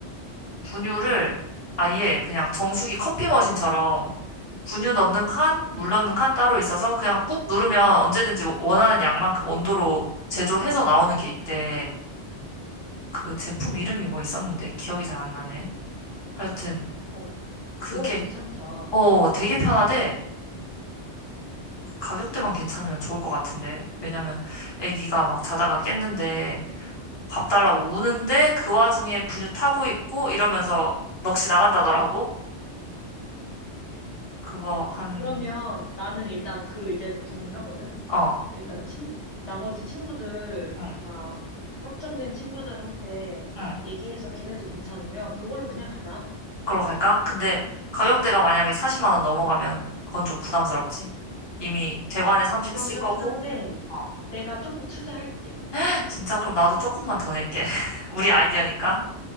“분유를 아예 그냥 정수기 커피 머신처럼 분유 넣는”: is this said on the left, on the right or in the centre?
Left